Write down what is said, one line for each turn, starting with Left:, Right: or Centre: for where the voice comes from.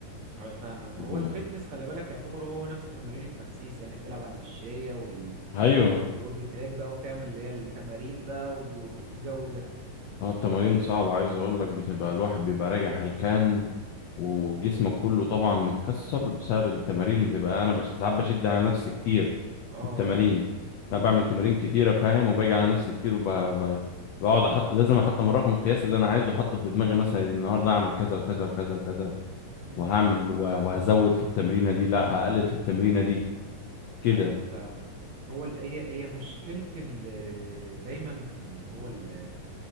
Right: انا فاهمك
Left: بتبقى
Right: ما هو الفيتنس خلي بالك يعتبر هو نفس التمارين التخسيس يعني بتلعب على المشاية وال-
Left: ايوه
Right: والأوربت تراك بقى وتعمل اللي هي التمارين بقى والجو ده
Left: اه التمارين صعبة عايز اقول لك بتبقى الواحد بيبقى راجع هلكان وجسمك كله طبعا متكسر بسبب التمارين بتبقى انا بش ساعات بشد على نفسي كتير
Right: اه
Left: في التمارين
Right: مم.
Left: انا بعمل تمارين كتيرة فاهم وباجي على نفسي كتير وبقعد احط لازم احط من رقم القياس اللي انا عايزه احطه في دماغي مثلا النهارده اعمل كذا وكذا وكذا وكذا
Right: مم.
Left: وهعمل وه- وهزود في التمرينة دي لا هقلل في التمرينة دي كده
Right: ايوه فاهمك هو ال- هي هي مشكلة ال- دايما اللي هو ال-